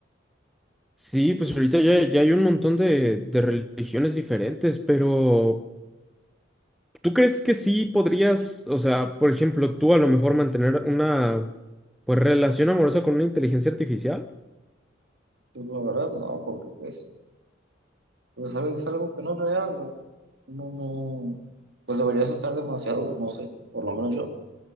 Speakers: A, in the centre; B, on the right.
A: Sí, pues ahorita ya, ya hay un montón de, de religiones diferentes, pero ¿tú crees que sí podrías, o sea, por ejemplo, tú a lo mejor mantener una pues relación amorosa con una inteligencia artificial?
B: pues la verdad no, porque pues, pues sabes es algo que no es real, no, no, no, pues deberías estar demasiado, no sé, por lo menos yo,